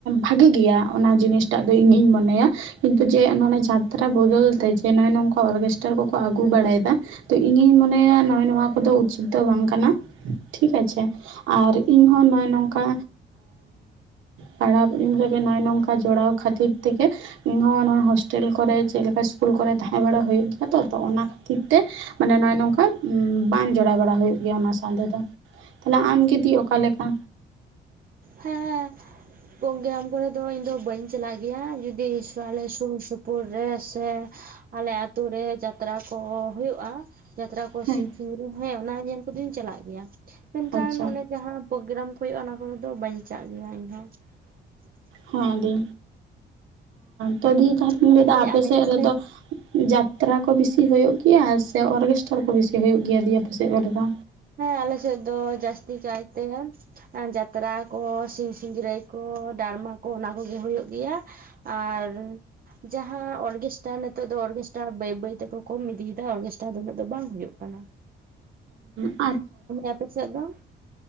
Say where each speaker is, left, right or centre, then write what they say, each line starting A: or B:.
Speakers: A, on the right (about 85°); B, on the right (about 45°).
A: ᱵᱷᱟᱹᱜᱤ ᱜᱮᱭᱟ ᱚᱱᱟ ᱡᱤᱱᱤᱥᱴᱟᱜ ᱫᱚ ᱤᱧᱤᱧ ᱢᱚᱱᱮᱭᱟ᱾ ᱠᱤᱱᱛᱩ ᱡᱮ ᱱᱚᱜ-ᱚᱭ ᱡᱟᱛᱨᱟ ᱵᱚᱫᱚᱞ ᱛᱮ ᱡᱮ ᱱᱚᱜᱼᱚᱭ ᱱᱚᱝᱠᱟ ᱚᱨᱜᱮᱥᱴᱟᱨ ᱠᱚᱠᱚ ᱟᱹᱜᱩ ᱵᱟᱲᱟᱭᱮᱫᱟ, ᱛᱚ ᱤᱧᱤᱧ ᱢᱚᱱᱮᱭᱟ ᱱᱚᱜᱼᱚᱭ ᱱᱚᱣᱟ ᱠᱚᱫᱚ ᱩᱪᱤᱛ ᱫᱚ ᱵᱟᱝ ᱠᱟᱱᱟ ᱴᱷᱤᱠ ᱟᱪᱷᱮ, ᱟᱨ ᱤᱧᱦᱚᱸ ᱱᱚᱜᱼᱚᱭ ᱱᱚᱝᱠᱟ, ᱯᱚᱨᱚᱵᱽ ᱨᱮᱜᱮ ᱱᱚᱜᱼᱚᱭ ᱱᱚᱝᱠᱟ ᱡᱚᱲᱟᱣ ᱠᱷᱟᱹᱛᱤᱨ ᱛᱮᱜᱮ, ᱤᱧ ᱦᱚᱸ ᱱᱚᱣᱟ ᱦᱳᱥᱴᱮᱞ ᱠᱚᱨᱮ ᱪᱮᱫ ᱞᱮᱠᱟ ᱤᱥᱠᱩᱞ ᱠᱚᱨᱮ ᱛᱟᱦᱮᱸ ᱵᱟᱲᱟ ᱦᱩᱭᱩᱜ ᱜᱮᱭᱟ ᱛᱚ ᱚᱱᱟ ᱠᱷᱟᱹᱛᱤᱨ ᱛᱮ, ᱢᱟᱱᱮ ᱱᱚᱜᱼᱚᱭ ᱱᱚᱝᱠᱟ ᱵᱟᱝ ᱡᱚᱲᱟᱣ ᱵᱟᱲᱟ ᱦᱩᱭᱩᱜ ᱜᱮᱭᱟ ᱚᱱᱟ ᱥᱟᱶᱛᱮ ᱫᱚ᱾ ᱛᱟᱦᱞᱮ ᱟᱢᱜᱮ ᱫᱤ ᱚᱠᱟ ᱞᱮᱠᱟ?
B: ᱦᱮᱸ ᱯᱨᱳᱜᱽᱜᱨᱟᱢ ᱠᱚᱨᱮ ᱫᱚ ᱤᱧ ᱫᱚ ᱵᱟᱹᱧ ᱪᱟᱞᱟᱜ ᱜᱮᱭᱟ ᱡᱩᱫᱤ ᱟᱞᱮ ᱥᱩᱨ ᱥᱩᱯᱩᱨ ᱨᱮ ᱥᱮ, ᱟᱞᱮ ᱟᱛᱩ ᱨᱮ ᱡᱟᱛᱨᱟ ᱠᱚ ᱦᱳᱭᱳᱜ-ᱟ, ᱡᱟᱛᱨᱟ ᱠᱚ
A: ᱦᱮᱸ
B: ᱥᱤᱧᱥᱤᱸᱜᱨᱟ. ᱭ ᱦᱮᱸ ᱚᱱᱟ ᱧᱮᱞ ᱠᱚᱫᱚᱧ ᱪᱟᱞᱟᱜ ᱜᱮᱭᱟ ᱢᱮᱱᱠᱷᱟᱱ
A: ᱟᱪᱪᱷᱟ
B: ᱚᱱᱮ, ᱡᱟᱦᱟᱸ ᱯᱨᱳᱜᱽᱜᱨᱟᱢ ᱠᱚ ᱦᱩᱭᱩᱜᱼᱟ ᱚᱱᱟ ᱠᱚᱨᱮ ᱫᱚ ᱵᱟ. ᱧ ᱪᱟᱞᱟᱜ ᱜᱮᱭᱟ ᱤᱧᱦᱚᱸ᱾ <inaudible>
A: ᱦᱮᱸ ᱫᱤ ᱛᱚ ᱫᱤ ᱛᱟᱦᱚᱞᱮᱧ
B: ᱛᱟᱦᱚᱞᱮ
A: ᱞᱟᱹᱭ ᱮᱫᱟ
B: ᱢᱟᱹᱭ
A: ᱟᱯᱮ
B: ᱟᱢ
A: ᱥᱮᱫ
B: ᱮᱱᱮᱡ
A: ᱨᱮᱫᱚ,
B: ᱥᱮᱨᱮᱧ
A: ᱡᱟᱛᱨᱟ ᱠᱚ ᱵᱮᱥᱤ ᱦᱩᱭᱩᱜ ᱜᱮᱭᱟ ᱥᱮ ᱚᱨᱜᱮᱥᱴᱟᱨ ᱠᱚ ᱵᱮᱥᱤ ᱦᱳᱭᱳᱜ ᱜᱮᱭᱟ ᱫᱤ ᱟᱯᱮ ᱥᱮᱫ ᱠᱚᱨᱮᱫᱚ?
B: ᱦᱮᱸ ᱟᱞᱮ ᱥᱮᱫ ᱫᱚ ᱡᱟᱹᱥᱛᱤ ᱠᱟᱭᱛᱮ, ᱡᱟᱛᱨᱟ ᱠᱚ ᱥᱤᱧ ᱥᱤᱝᱨᱟᱹᱭ ᱠᱚ ᱰᱨᱟᱢᱟ ᱠᱚ ᱚᱱᱟ ᱠᱚᱜᱮ ᱦᱩᱭᱩᱜ ᱜᱮᱭᱟ᱾ ᱟᱨ, ᱡᱟᱦᱟᱸ ᱚᱨᱜᱮᱥᱴᱟᱨ ᱱᱤᱛᱚᱜ ᱫᱚ ᱚᱨᱜᱮᱥᱴᱟᱨ ᱵᱟᱹᱭ ᱵᱟᱹᱭ ᱛᱮᱠᱚ ᱠᱚᱢ ᱤᱫᱤᱭᱮᱫᱟ ᱚᱨᱜᱮᱥᱴᱟᱨ ᱫᱚ ᱩᱱᱟᱹᱜ ᱫᱚ ᱵᱟᱝ ᱦᱳᱭᱳᱜ ᱠᱟᱱᱟ᱾
A: ᱟᱸ
B: <inaudible> ᱟᱯᱮ ᱥᱮᱫ ᱫᱚ